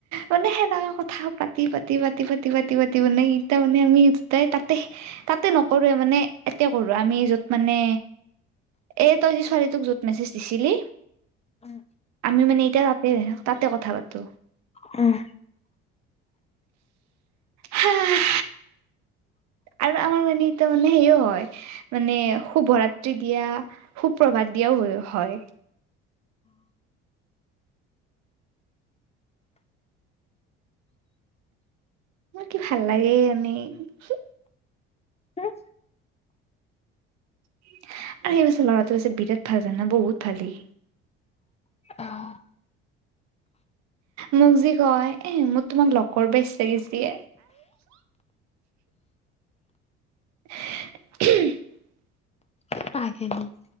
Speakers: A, on the right; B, on the left.
A: মানে সেনেকা কথা পাতি পাতি পাতি পাতি পাতি মানে ই মানে আমি দুটাই তাতে, তাতে নকৰোৱে মানে এতে কৰো আমি যত মানে এই তই যি ছোৱালীটোক য'ত মেছেজ দিছিলি
B: উম
A: আমি মানে এতিয়া তাতে, তাতে কথা পাতো।
B: উম
A: হ <inaudible> আৰু আমাৰ মানে তাৰ মানে সেও হয় মানে শুভৰাত্ৰি দিয়া সুপ্ৰভাত দিয়াও হও হয়। মোৰ কি ভাল লাগে এনেই
B: হম
A: আৰু সেই পাছে ল'ৰাটো আছে বিৰাট ভাল জানা বহুত ভাল সি
B: আহ
A: মোক যি কয়, এ মো তোমাক লগ কৰ্ব ইচ্ছা গেইছি এ <unintelligible>
B: <unintelligible>